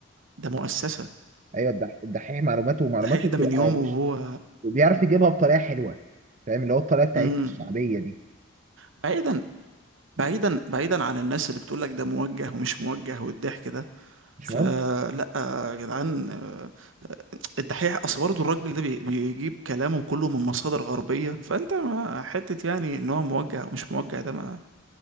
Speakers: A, on the right (about 70°); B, on the right (about 35°).
A: ده مؤسسة
B: ايوه الدح- الدحيح معلوماته ومعلوماته
A: دحيح
B: بتبقى
A: ده من يومه وهو
B: مش بيعرف يجيبها بطريقه حلوه فاهم اللي هو الطريقه بتاعت
A: امم
B: الشعبيه دي
A: بعيدا بعيدا بعيدا عن الناس اللي بتقول لك ده موجه ومش موجه والضحك ده
B: مش
A: فلا
B: مهم
A: يا جدعان آه، الدحيح اصل برضه الراجل ده بي- بيجيب كلامه كله من مصادر غربية فانت ما حتة يعني ان هو موجه او مش موجه ده ما